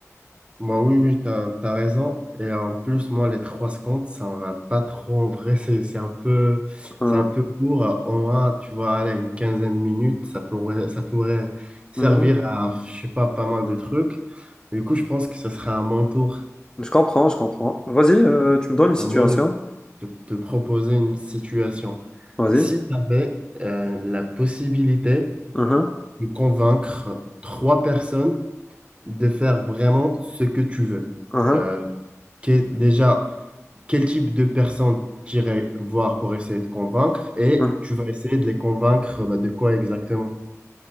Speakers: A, on the right; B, on the left.
A: Bah oui, oui, t'as, t'as raison. Et en plus, moi, les trois secondes, ça m'en a pas trop en vrai. C'est, c'est un peu,
B: Hein.
A: c'est un peu court. On a, tu vois, allez, une quinzaine de minutes, ça pourrait, ça pourrait servir
B: Mhm.
A: à, je sais pas, pas mal de trucs. Du coup, je pense que ce sera à mon tour,
B: Je comprends, je comprends. Vas-y, euh, tu me donnes une situation.
A: à moi de de te proposer une situation.
B: Vas-y.
A: Si tu avais euh, la possibilité
B: Mhm,
A: de convaincre trois personnes de faire vraiment ce que tu veux,
B: mhm,
A: euh, que- déjà, quel type de personnes tu irais voir pour essayer de convaincre et
B: mhm.
A: tu vas essayer de les convaincre euh, bah, de quoi exactement?